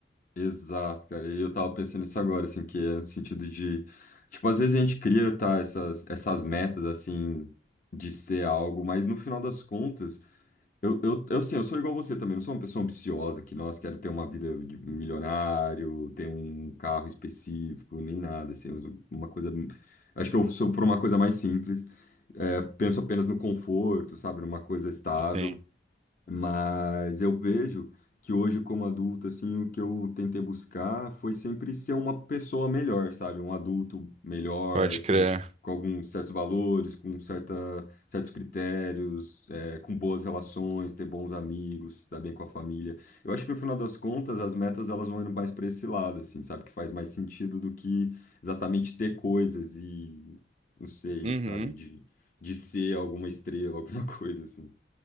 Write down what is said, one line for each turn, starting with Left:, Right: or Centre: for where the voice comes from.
Left: Exato, cara. E eu tava pensando nisso agora, assim, que é no sentido de... Tipo, às vezes a gente cria, tá, essas, essas metas, assim, de ser algo, mas no final das contas... Eu, eu, eu, assim, eu sou igual você também, eu sou uma pessoa ambiciosa que, nossa, quero ter uma vida de milionário, ter um carro específico, nem nada, assim, eu sou uma coisa... Acho que eu sou por uma coisa mais simples, é, penso apenas no conforto, sabe, numa coisa estável.
Right: Sim,
Left: Mas eu vejo que hoje, como adulto, assim, o que eu tentei buscar foi sempre ser uma pessoa melhor, sabe? Um adulto melhor,
Right: pode
Left: com,
Right: crer.
Left: com alguns certos valores, com certa, certos critérios, é, com boas relações, ter bons amigos, se dar bem com a família. Eu acho que no final das contas, as metas elas vão indo mais para esse lado, assim, sabe? Que faz mais sentido do que exatamente ter coisas e, não sei,
Right: Uhum.
Left: sabe? De, de ser alguma estrela, <laughs> alguma coisa assim.